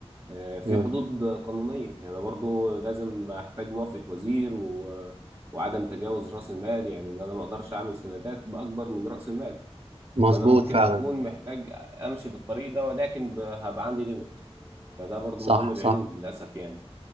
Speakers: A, on the right (about 25°); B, on the right (about 65°).
A: آه، في
B: امم
A: حدود قانونية يعني أنا برضو لازم أحتاج موافقة وزير و... وعدم تجاوز رأس المال يعني إن أنا ما أقدرش أعمل سندات بأكبر من رأس المال
B: مظبوط
A: فأنا ممكن
B: فعلا
A: أكون محتاج أمشي في الطريق ده ولكن ب... هبقى عندي ليميت فده برضو
B: صح
A: من ضمن العيوب
B: صح
A: للأسف يعني